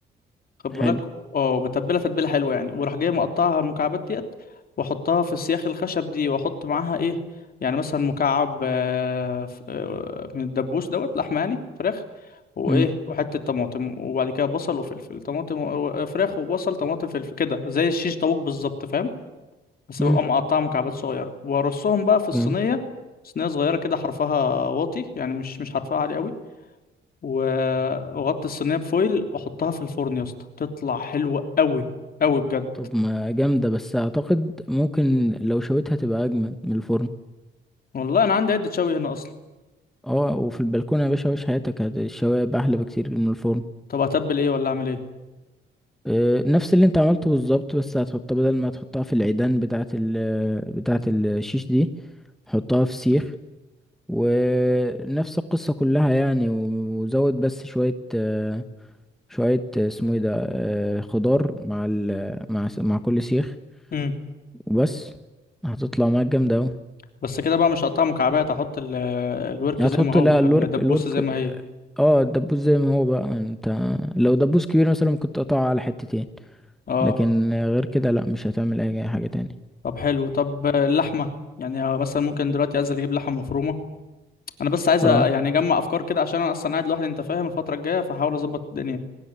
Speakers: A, on the left; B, in the centre.
A: خد بالك
B: حلو
A: اه وبتبلها تتبيلة حلوة يعني وراح جاي مقطعها المكعبات ديت واحطها في السياخ الخشب دي واحط معاها ايه يعني مثلا مكعب آه، ف- آه، من الدبوس دوت لحمة يعني فراخ وايه
B: امم
A: وحتة طماطم وبعد كده بصل وفلفل طماطم و- و- فراخ وبصل طماطم فلفل كده زي الشيش طاووق بالظبط فاهم بس
B: امم
A: ببقى مقطعة مكعبات صغيرة وارصهم بقى في الصينية
B: جامد
A: صينية صغيرة كده حرفها واطي يعني مش مش حرفها عالي قوي و- واغطي الصينية بفويل واحطها في الفرن يا اسطى تطلع حلوة قوي قوي بجد
B: طب ما جامدة بس اعتقد ممكن لو شويتها تبقى اجمد من الفرن
A: والله انا عندي عدة شوي هنا اصلا
B: اه وفي البلكونة يا باشا عيش حياتك هت- الشوايه بقى احلى بكتير من الفرن
A: طب اتبل ايه ولا اعمل ايه
B: آه، نفس اللي انت عملته بالظبط بس هتحطها بدل ما تحطها في العيدان بتاعة ال بتاعة الشيش دي حطها في سيخ ونفس القصة كلها يعني و- وزود بس شوية آه، شوية آه، اسمه ايه ده آه، خضار مع ال مع س- مع كل سيخ
A: امم
B: وبس هتطلع معاك جامدة اوي
A: بس كده بقى مش هقطعها مكعبات احط ال- الورك
B: هتحط
A: زي ما هو
B: لا الورك
A: الدبوسة
B: الورك
A: زي ما
B: اه
A: هي
B: آه، الدبوس زي ما هو بقى انت لو دبوس كبير مثلا ممكن تقطعه على حتتين
A: اه
B: لكن آه، غير كده لا مش هتعمل اي حاجة تاني
A: طب حلو طب اللحمة يعني مثلا ممكن دلوقتي انزل اجيب لحمة مفرومة انا بس عايز
B: اه
A: أ- يعني اجمع افكار كده عشان انا اصلا قاعد لوحدي انت فاهم الفترة الجاية فحاول اظبط الدنيا